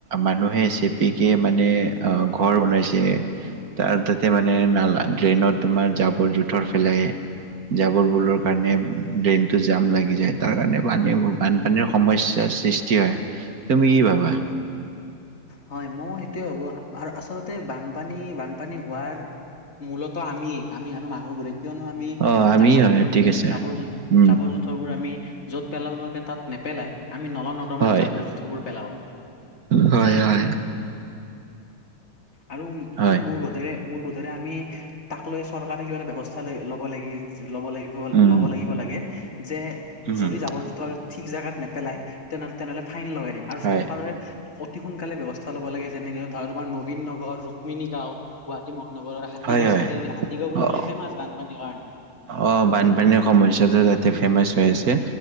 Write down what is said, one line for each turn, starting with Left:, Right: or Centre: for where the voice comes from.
Right: মানুহে চেপিকে মানে অ, ঘৰ বনাইছে। তাৰ তাতে মানে নালা ড্ৰেইনত তোমাৰ জাবৰ জোথৰ ফেলাই। জাবৰ বোৰৰ কাৰণে ড্ৰেইনতটো জাম লাগি যায় তাৰ কাৰণে বানপানীৰ সমস্যা। সৃষ্টি হয় তুমি কি ভাবা?
Left: হয় মই সেইটোৱে ভাবো আৰু আচলতে বানপানী - বানপানী হোৱাৰ মূলত আমিয়ে আমি মানুহবোৰে কিয়নো আমি
Right: অ আমি
Left: জাবৰ
Right: হয়
Left: জোথৰ
Right: ঠিক আছে
Left: জাবৰ জ
Right: উম
Left: জাবৰ জোথৰ বোৰ আমি য'ত পেলাব লাগে তাত নেপেলাই আমি নলা নৰদমাত
Right: হয়
Left: জাৱযৰ জোথবোৰ পেলাও।
Right: হয় - হয়।
Left: আৰু -
Right: হয়
Left: আৰু মোৰ বুধেৰে মল বোধৰে আমি তাক লৈ চৰকাৰে কিবা এটা বেৱস্থা লৈ লব লাগি। ল'ব লাগিব -
Right: উম
Left: ল'ব লাগিব লাগে যে
Right: উম
Left: যদি জাবৰ জোথৰ ঠিক জেগাত নেপেলাই তেনেহলে তেনেহ'লে ফাইন লগাই দিম আৰু
Right: হয়
Left: চৰকাৰে অতি সোনকালে ব্যৱস্থা ল'ব লাগে যেনেকে ধৰ আমাৰ নদী ন ৰ ৰুক্মিণী গাও গুৱাহাটী মহানগৰৰ হাতীগাও
Right: হয় হয়
Left: চাৰআল হাতীগাও বুলি
Right: অ
Left: ক'লে ফেমাচ বানপানীৰ কাৰণে।
Right: অ, বানপানীৰ সমস্যাটো তাতে ফেমাচ হৈ আছে।